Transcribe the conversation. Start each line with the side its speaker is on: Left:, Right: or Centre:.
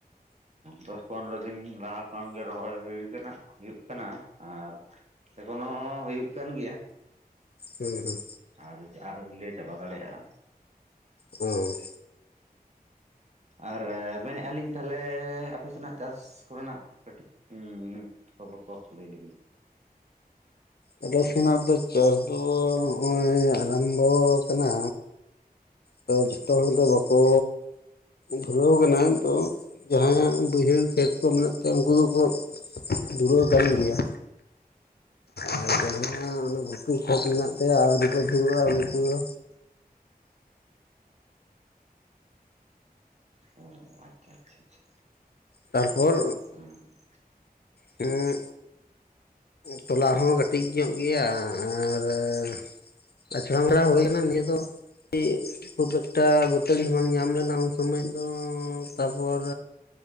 Right: ᱫᱚᱥ ᱯᱚᱱᱨᱚ ᱫᱤᱱ ᱞᱟᱦᱟ ᱠᱷᱚᱱ ᱜᱮ ᱨᱚᱦᱚᱭ ᱦᱩᱭ ᱠᱟᱱᱟ ᱦᱩᱭᱩᱜ ᱠᱟᱱᱟ ᱟᱨ ᱮᱠᱷᱚᱱ ᱦᱚᱸ ᱦᱩᱭᱩᱜ ᱠᱟᱱ ᱜᱮᱭᱟ
Left: ᱦᱩᱸ ᱦᱩᱸ
Right: ᱟᱨᱚ ᱡᱮ ᱟᱨ ᱞᱟᱹᱭ ᱪᱟᱵᱟ ᱫᱟᱲᱮᱭᱟᱜᱼᱟ
Left: ᱦᱩᱸ
Right: ᱟᱨ ᱢᱮᱱᱮᱫ-ᱟ ᱞᱤᱧ ᱛᱟᱦᱚᱞᱮ ᱟᱯᱮ ᱥᱮᱱᱟᱜ ᱪᱟᱥ ᱚᱯᱤᱥ ᱠᱚᱨᱮᱱᱟᱜ ᱠᱟᱹᱴᱤᱡ ᱩᱸ ᱠᱷᱚᱵᱚᱨ ᱠᱚ ᱞᱟᱹᱭ ᱞᱮᱵᱤᱱ
Left: ᱟᱞᱮ ᱥᱮᱱᱟᱜ ᱫᱚ ᱪᱟᱥ ᱫᱚ ᱦᱚᱸᱜ-ᱚᱭ ᱟᱨᱟᱢᱵᱷᱚ ᱟᱠᱟᱱᱟ ᱛᱚ ᱡᱷᱚᱛᱚ ᱦᱚᱲ ᱫᱚ ᱵᱟᱠᱚ ᱫᱷᱩᱨᱟᱹᱣ ᱟᱠᱟᱱᱟ ᱛᱚ ᱡᱟᱦᱟᱸᱭᱟᱜ ᱵᱟᱹᱭᱦᱟᱹᱲ ᱠᱷᱮᱛ ᱠᱚ ᱢᱮᱱᱟᱜ ᱛᱟᱭᱟ ᱩᱱᱠᱩ ᱫᱚᱠᱚ ᱫᱷᱩᱨᱟᱹᱣ ᱠᱟᱱ ᱜᱮᱭᱟ ᱟᱨ ᱡᱟᱦᱟᱸ ᱚᱱᱟ ᱵᱷᱩᱴ ᱠᱷᱚᱠ ᱢᱮᱱᱟᱜ ᱛᱟᱭᱟ ᱟᱹᱣᱨᱤ ᱠᱚ <unintelligible> ᱩᱱᱠᱩ ᱫᱚ?
Right: ᱚ ᱟᱪᱪᱷᱟ ᱟᱪᱪᱷᱟ ᱟᱪᱪᱷᱟ
Left: ᱛᱟᱨᱯᱚᱨ
Right: ᱦᱩᱸ
Left: ᱦᱩ ᱛᱚᱞᱟ ᱦᱚᱸ ᱠᱟᱹᱴᱤᱡ ᱧᱚᱜ ᱜᱮᱭᱟ ᱟᱨ ᱟᱪᱷᱟᱲᱟᱢᱲᱟ ᱦᱩᱭᱱᱟ ᱱᱤᱭᱟᱹ ᱫᱚ <inaudible> ᱠᱩ ᱯᱮᱠᱴᱟᱨ ᱵᱟᱹᱛᱟᱹᱲᱤ ᱵᱟᱝ ᱧᱟᱢ ᱞᱮᱱᱟ ᱩᱱ ᱥᱚᱢᱚᱭ ᱫᱚ ᱛᱟᱯᱚᱨ